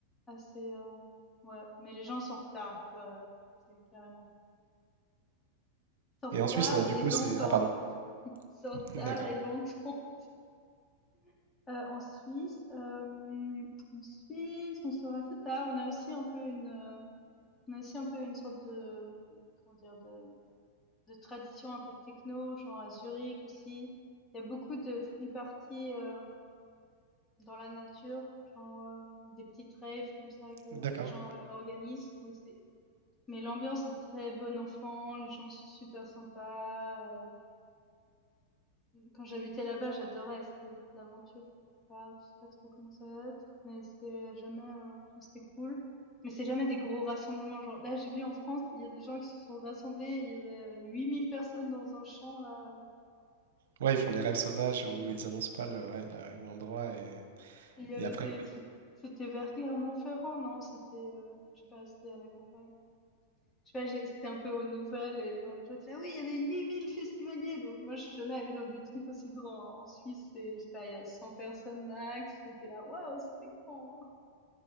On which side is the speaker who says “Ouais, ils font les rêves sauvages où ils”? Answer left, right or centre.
Right